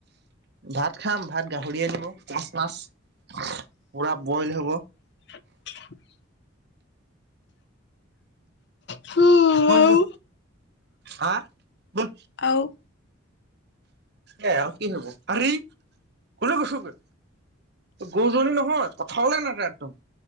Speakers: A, on the right (about 50°); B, on the left (about 55°).
A: ভাত খাম ভাত গাহৰি আনিব মাছ মাছ পুৰা বইল হ'ব।
B: <inaudible> আৰু
A: বইল বন হা বল
B: আৰু
A: এ আৰু কি হব, আৰে এই কলে গৈছ গে। গৰু, জনী নহৈ পথাৰলৈ নাযায় একদম।